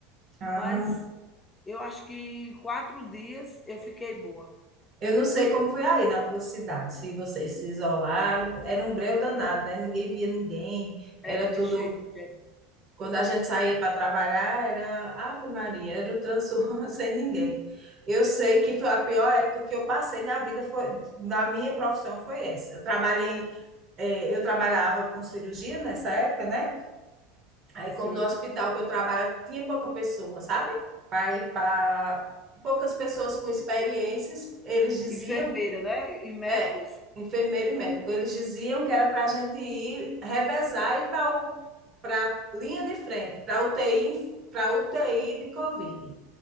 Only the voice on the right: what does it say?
Ah.
Eu não sei como foi aí na tua cidade, se vocês se isolaram, era um breu danado, né? Ninguém via ninguém,
era tudo
Quando a gente saía para trabalhar, era Ave Maria, era o transtorno <laughs> sem ninguém. Eu sei que foi a pior época que eu passei na vida, foi, na minha profissão foi essa. Eu trabalhei, eh, eu trabalhava com cirurgia nessa época, né? Aí,
como no hospital que eu trabalho, tinha pouca pessoa, sabe? Aí, pra, poucas pessoas com experiências, eles diziam
é, enfermeiro e médico. Eles diziam que era para a gente ir revezar e ir para a linha de frente, para UTI, para UTI de Covid.